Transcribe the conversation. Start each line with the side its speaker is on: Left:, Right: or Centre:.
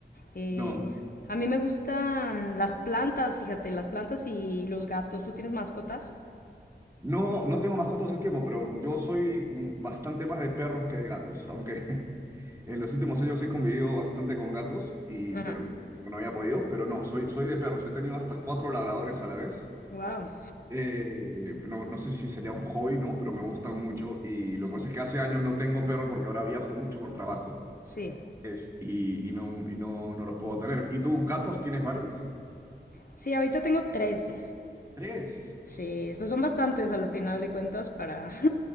Left: Eh,
Right: No.
Left: a mí me gustan las plantas, fíjate, las plantas y los gatos. ¿Tú tienes mascotas?
Right: No, no tengo mascotas hace tiempo, pero yo soy mm, bastante más de perros que de gatos, aunque <laughs> en los últimos años he convivido bastante con gatos y
Left: Ajá.
Right: pero bueno, no había podido, pero no, soy, soy de perros, he tenido hasta cuatro labradores a la vez.
Left: Wow.
Right: Eh, no, no sé si sería un hobby, ¿no? Pero me gustan mucho y lo que pasa es que hace años no tengo perro porque ahora viajo mucho por trabajo
Left: Sí,
Right: es- y, y no, y no, no los puedo tener. ¿Y tú, gatos, tienes varios?
Left: sí, ahorita tengo tres.
Right: Tres.
Left: Sí, pues son bastantes al final de cuentas para... <laughs>